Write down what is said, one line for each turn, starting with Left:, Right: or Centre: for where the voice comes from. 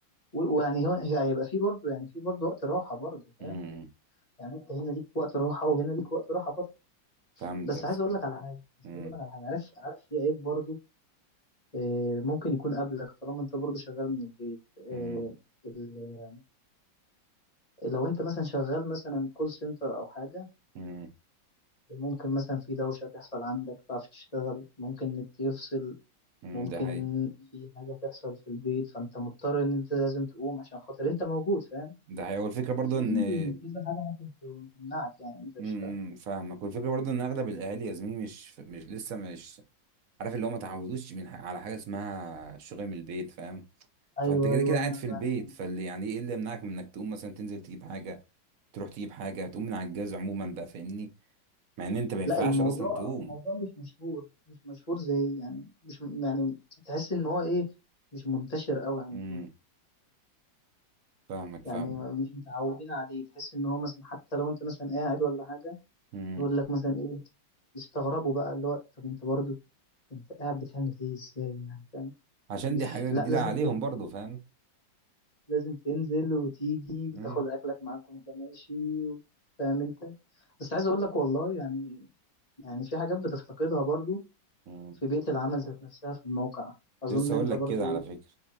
Left: و- ويعني هو هي- هيبقى في برضو يعني في برضو وقت راحه برضو فاهم
Right: امم
Left: يعني انت هنا ليك وقت راحه وهنا ليك وقت راحه برضو
Right: فهمتك
Left: بس عايز اقول لك على حاجه بس
Right: امم
Left: عايز اقول لك على حاجه عارف عارف في عيب برضو آه، ممكن يكون قبلك طالما انت برضه شغال من البيت آه،
Right: امم
Left: ال- لو انت مثلا شغال مثلا كول سنتر او حاجة
Right: امم
Left: ممكن مثلا في دوشة تحصل عندك تعرف تشتغل ممكن النت يفصل
Right: أمم،
Left: ممكن
Right: ده حقيقي
Left: في حاجة تحصل في البيت فانت مضطر ان انت لازم تقوم عشان خاطر انت موجود فاهم
Right: ده حقيقي والفكره برضه
Left: في
Right: ان امم
Left: كذا حاجة ممكن ت- تمنعك يعني انت تشتغل
Right: أمم، فاهمك والفكره برضه ان اغلب الاهالي يا زميلي مش مش لسه مش عارف اللي هو ما تعودوش من ح- على حاجه اسمها الشغل من البيت فاهم
Left: ايوه
Right: فانت كده
Left: ايوه
Right: كده قاعد
Left: انا
Right: في
Left: بعرف
Right: البيت فاللي يعني ايه اللي يمنعك من انك تقوم مثلا تنزل تجيب حاجه تروح تجيب حاجه تقوم من على الجهاز عموما بقى فاهمني مع ان انت ما ينفعش
Left: لا الموضوع
Right: اصلا تقوم
Left: الموضوع مش مشهور مش مشهور زي يعني مش م- يعني تحس ان هو ايه مش منتشر قوي عندنا
Right: امم فاهمك
Left: يعني
Right: فاهمك
Left: مش متعودين عليه تحس ان هو مثلا حتى لو انت مثلا قاعد ولا حاجه
Right: امم
Left: يقول لك مثلا ايه يستغربوا بقى اللي هو طب انت برضو انت قاعد بتعمل ايه ازاي يعني فاهم
Right: عشان
Left: مش
Right: دي حاجه
Left: لا
Right: جديده
Left: لازم
Right: عليهم
Left: تنزل-
Right: برضو فاهم
Left: لازم تنزل وتيجي وتاخد
Right: امم
Left: اكلك معاك وانت ماشي و- فاهم انت بس عايز اقول لك والله يعني يعني في حاجات بتفتقدها برضو
Right: امم
Left: في بيئه العمل ذات نفسها في الموقع اظن
Right: كنت لسه
Left: انت
Right: اقول لك
Left: برضو
Right: كده على
Left: ايه
Right: فكره